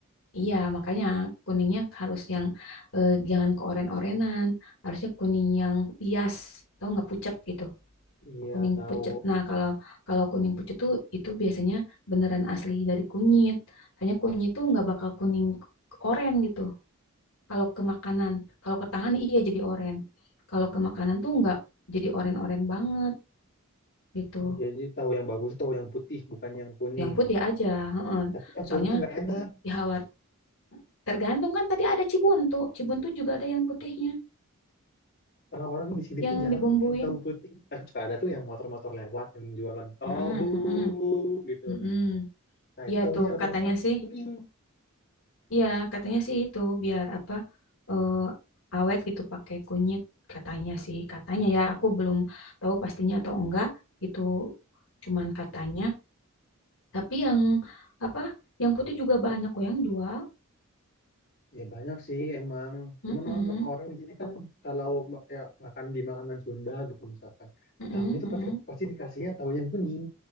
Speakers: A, on the left; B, on the left.
A: iya makanya kuningnya harus yang eh, jangan keoren-orenan harusnya kuning yang pias tau nggak pucat gitu
B: Iya
A: kuning
B: tahu.
A: pucet. Nah, kalau kalau kuning pucet tuh itu biasanya beneran asli dari kunyit. Soalnya kunyit tuh nggak bakal kuning oren gitu. Kalau ke makanan, kalau ke tangan iya jadi oren. Kalau ke makanan tuh nggak jadi oren-oren banget gitu.
B: Oh, Jadi tahu yang bagus tahu yang putih bukan yang kuning.
A: Yang putih aja. heeh.
B: Tapi yang
A: Soalnya
B: putih tuh nggak enak.
A: di Hawar tergantung kan tadi ada Cibuntu. Cibuntu juga ada yang putihnya
B: Orang-orang di sini
A: yang
B: tuh jarang
A: dibumbuin.
B: pakai yang tahu putih. Tapi suka ada tuh yang motor-motor lewat yang jualan tahu
A: Heeh, heeh,
B: gitu.
A: heeh.
B: Nah itu
A: Iya
B: tahunya
A: tuh
B: rata-rata
A: katanya sih
B: kuning.
A: Iya, katanya sih itu biar apa eh, awet gitu pakai kunyit katanya sih katanya ya aku belum tahu pastinya atau enggak itu cuman katanya tapi yang apa yang putih juga banyak kok yang jual
B: Ya banyak sih emang.
A: mm
B: Cuman
A: -mm,
B: orang orang di sini kan kalau ma- kayak makan di makanan Sunda gitu misalkan,
A: mm
B: tahunya tuh
A: -mm,
B: pasti pasti dikasihnya tahu yang kuning.